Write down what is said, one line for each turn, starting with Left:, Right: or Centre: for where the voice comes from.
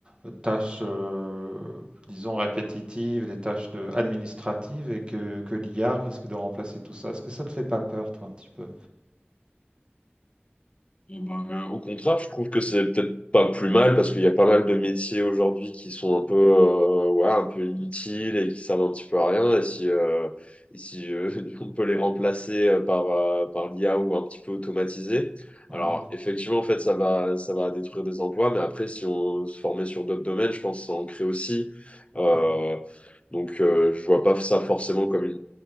Right: euh, tâches, euh, disons, répétitives, des tâches de- administratives, et que, que l'IA risque de remplacer tout ça. Est-ce que ça te fait pas peur, toi, un petit peu?
Left: Eh ben, euh, au contraire, je trouve que c'est peut-être pas plus mal parce qu'il y a pas mal de métiers aujourd'hui qui sont un peu, euh, ouais, un peu inutiles et qui servent un petit peu à rien. Et si, euh, et si euh, <laughs> on peut les remplacer euh, par, euh, par l'IA ou un petit peu automatisé, alors
Right: Ouais,
Left: effectivement, en fait, ça va, ça va détruire des emplois. Mais après, si on se formait sur d'autres domaines, je pense que ça en crée aussi. Euh,
Right: Mhm.
Left: donc, euh, je vois pas ça forcément comme une,